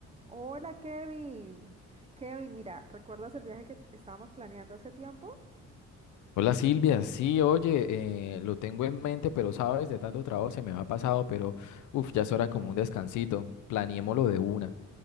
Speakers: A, on the right (about 20°); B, on the left (about 75°).
A: Hola Kevin. Kevin, mira, ¿recuerdas el viaje que estábamos planeando hace tiempo?
B: Hola Silvia, sí, oye, eh, lo tengo en mente, pero sabes, de tanto trabajo se me ha pasado, pero uff, ya es hora como un descansito, planeémoslo de una.